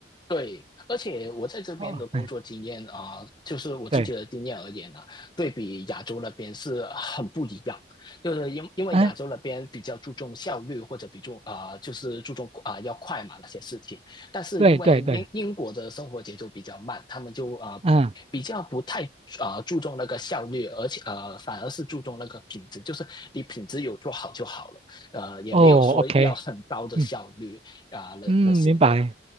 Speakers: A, on the left; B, on the right.
A: 对，而且我在这边的工作经验啊、
B: 哦，哎，
A: 就是我自己的经验而言呢、
B: 对，
A: 对比亚洲那边是很不一样。就是因因为亚洲那边比较注重效率，
B: 嗯，
A: 或者比重啊、就是注重啊、要快嘛那些事情。但是因为英英国的生活节奏比较慢，
B: 对对对，
A: 他们就啊、
B: 嗯，
A: 比较不太啊、注重那个效率，而且呃反而是注重那个品质，就是你品质有做好就好了，呃也没有说要很高的效率啊、
B: 哦，OK，嗯
A: 那那些的。
B: 嗯，明白，